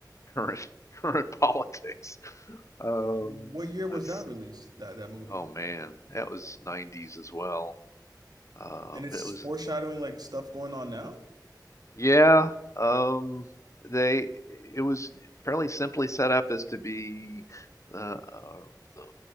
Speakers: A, on the left; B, on the right.
A: current <laughs> current politics. Um,
B: What year was
A: that's
B: that released, that that movie?
A: oh man, that was '90s as well. Um,
B: And it's
A: but it was
B: foreshadowing like stuff going on now?
A: yeah. Um, they it was fairly simply set up as to be uh, uh, the